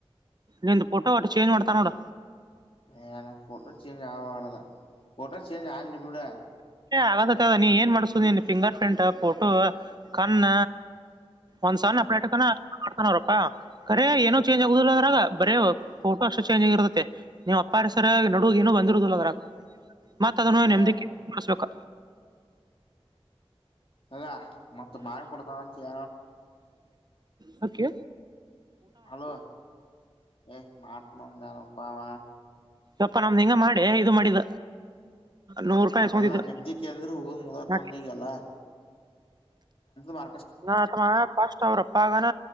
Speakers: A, on the right; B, on the left.
A: ನಿಂದು ಫೋಟೋ ಒಟ್ಟ ಚೇಂಜ್ ಮಾಡ್ತಾನ್ ನೋಡ
B: ಏ ಫೋಟೋ ಚೇಂಜ್ ಆಗಬಾಡ್ದ ಫೋಟೋ ಚೇಂಜ್ ಆಗ್ಲಿ ಬಿಡ
A: ಆಗತೈತಿ ನೀ ಏನ್ ಮಾಡಸೂದ್ ನೀ ಫಿಂಗರ್ ಪ್ರಿಂಟ್ ಫೋಟೋ ಕಣ್ಣ ಒಂದ್ ಸಣ್ಣ ಅಪ್ಡೇಟ್ ಕನ ರೊಕ್ಕ ಕರೆ ಏನೂ ಚೇಂಜ್ ಆಗುದಿಲ್ಲ ಅದ್ರಾಗ ಬರೇ ಫೋಟೋ ಅಷ್ಟ ಚೇಂಜ್ ಆಗಿರುತ್ತೆ ನೀವ ಅಪ್ಪಾರ ಸರಿ ನಡುದು ಏನ ಬಂದಿರುದಿಲ್ಲ ಅವರಾಗ ಮತ್ ಅದನ್ನು
B: ಏ
A: ನೆಮದಿಕ್ಕೆಸ್ಬೇಕ
B: ತಗ ಮತ್ತ ಮಾಡಿ ಕೊಡ್ತಾನಂತೀಯ
A: ಹಕ್ಕಿ
B: ಹಲೋ ಏ ಮಾಡ್ತನಂದಾನಪಾ ಅವ
A: ಎಪ್ಪಾ ನಮ್ದ್ ಹಿಂಗ ಮಾಡಿ ಇದು ಮಾಡಿದ ನೂರ್ ರೂಪಾಯಿ
B: ಅದೆಲ್ಲ
A: ಇಸ್ಕೊಂಡಿದ್ದ
B: ನೆಮ್ದೀ ಕೇಂದ್ರಕ್ ಹೋಗೋದು ಮುಗ್ದತ್
A: ನಾ
B: ನಮ್ದೀಗೆಲ್ಲ ಮ
A: ನಾ ತಮ್ಮ ಫಸ್ಟ್ ಅವ್ರಪ್ ಪ್ಪಾಗನ